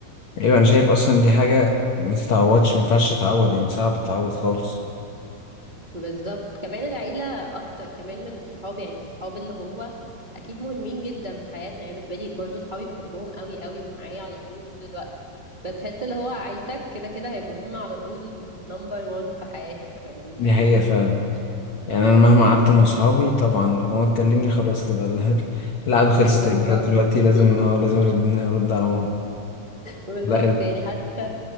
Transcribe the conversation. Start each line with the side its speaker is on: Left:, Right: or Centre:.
Left: ايوه انا شايف اصلا دي حاجه ما تتعوضش ما ينفعش تتعوض يعني صعب تتعوض خالص
Right: بالظبط كمان العيلة أكتر كمان من الصحاب يعني الصحاب اللي هو أكيد مهمين جدا في حياتنا يعني بالنسبة لي برضو صحابي بحبهم قوي قوي ومعايا على طول طول الوقت بس تحس اللي هو عيلتك كده كده هيبقوا هم على طول نمبر وان في حياتك فاهمني
Left: دي حقيقه فعلا يعني انا مهما قعدت مع اصحابي طبعا ماما تكلمني خلاص كده ال- <laughs> القعده خلصت
Right: بالظبط
Left: الرجاله دلوقتي
Right: <laughs>
Left: لازم اه لازم ارد أرد على ماما
Right: بالظبط
Left: لا ال-
Right: يعني حتى